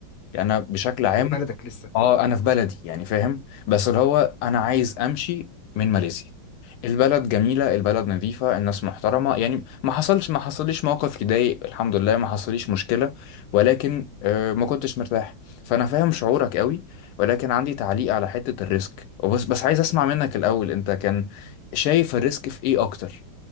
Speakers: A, on the left; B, on the left.
A: يعني انا بشكل عام
B: انت في بلدك لسه
A: اه انا
B: مم.
A: في بلدي يعني فاهم بس اللي هو انا عايز امشي من ماليزيا البلد جميلة البلد نظيفة الناس محترمة يعني ما حصلش ما حصليش موقف يضايق الحمد لله ما حصليش مشكلة ولكن آه، ما كنتش مرتاح فأنا فاهم شعورك قوي ولكن عندي تعليق على حتة الريسك وبس بس عايز أسمع منك الأول أنت كان شايف الريسك في إيه أكتر